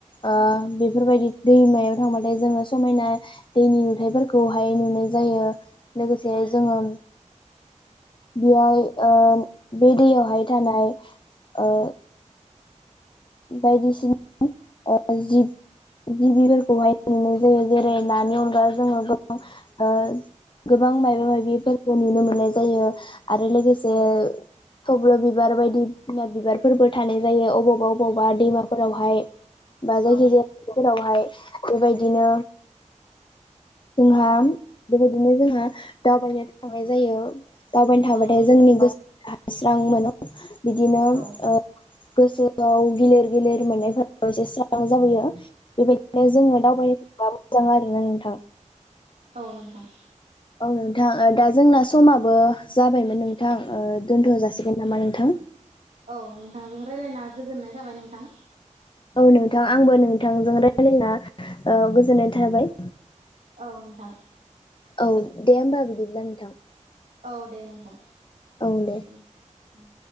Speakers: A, on the left (about 40°); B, on the right (about 90°).
A: ओ बेफोरबायदि दैमायाव थांबाथाय जोङो समायना दैनि नुथायाइफोरखौहाय नुनाय जायो लोगोसे
B: औ
A: जोङो बेहाय ओ बे दैयावहाय थानाय ओ बायदिसिन ओ जिब गिबिफोरखौहाय नुनाय जायो जेरै नानि अनगा जोङो गोबां ओ गोबां मायबा माबिफोरखौ नुनो मोननाय जायो आरो लोगोसे
B: औ
A: थब्ल' बिबार बायदि बिना बिबारफोरबो थानाय जायो अबावबा अबावबा दैमाफोरावहाय बा जायखिजाया
B: औ
A: फोरावहाय बेबायदिनो जोंहा बेबायदिनो जोंहा दावबायनो थांनाय जायो। दावबायनो थाबाथाय
B: औ
A: जोंनि गोसोआ स्रां मोनो बिदिनो
B: औ
A: ओ गोसोआव गिलिर गिलिर मोननायफोराबो एसे स्रां जाबोयो। बेबायदिनो जोङो दावबायनो थांबा मोजां आरोना नोंथां।
B: औ नोंथां
A: औ नोंथां दा ओ जोंना समाबो जाबायमोन नोंथां ओ दोनथ' जासिगोन नामा नोंथां?
B: औ नोंथांजों रायलायना गोजोननाय थाबाय नोंथां।
A: औ नोंथां आंबो नोंथांजों रायलायना ओ गोजोननाय थाबाय।
B: औ नोंथां
A: औ दे होमबा बिदिब्ला नोंथां।
B: औ दे नोंथां
A: औ दे।
B: उम उम